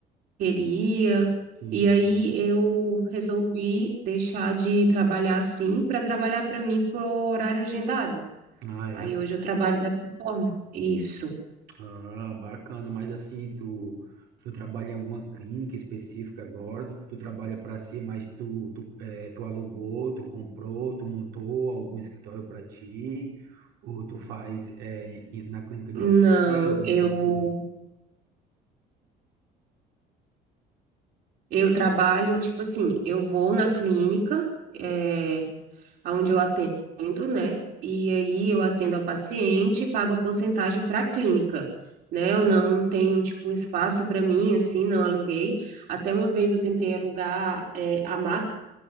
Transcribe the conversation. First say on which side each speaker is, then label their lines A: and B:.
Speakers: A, on the right (about 65°); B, on the right (about 85°).
A: queria.
B: Sim.
A: E aí
B: sim.
A: eu resolvi deixar de trabalhar assim para trabalhar para mim por horário agendado.
B: Ah, é?
A: Aí hoje eu trabalho dessa forma. Isso.
B: Ah, bacana. Mas assim, tu, tu trabalha em alguma clínica específica agora? Tu trabalha para si, mas tu, tu, eh, tu alugou, tu comprou, tu montou algum escritório para ti? Ou tu faz eh, em- na clínica de
A: Não,
B: alguém, nesse
A: eu
B: sentido?
A: eu trabalho tipo assim, eu vou na clínica, é, onde eu atendo, né? E aí eu atendo a paciente, pago a porcentagem para a clínica, né? Eu não tenho tipo um espaço para mim assim, não aluguei. Até uma vez eu tentei alugar é, a maca